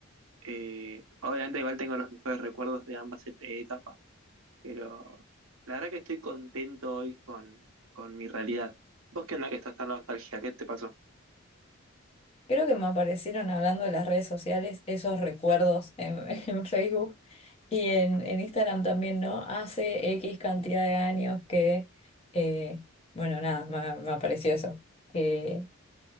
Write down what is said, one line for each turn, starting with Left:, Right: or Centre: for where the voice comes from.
Right: Eh, obviamente igual tengo los mejores recuerdos de ambas et- etapas, pero la verdad que estoy contento hoy con, con mi realidad. ¿Vos qué onda que estás tan nostálgica? ¿Qué te pasó?
Left: Creo que me aparecieron hablando de las redes sociales esos recuerdos en, <laughs> en Facebook y en, en Instagram también, ¿no? Hace X cantidad de años que, eh, bueno, nada, me, me apareció eso, que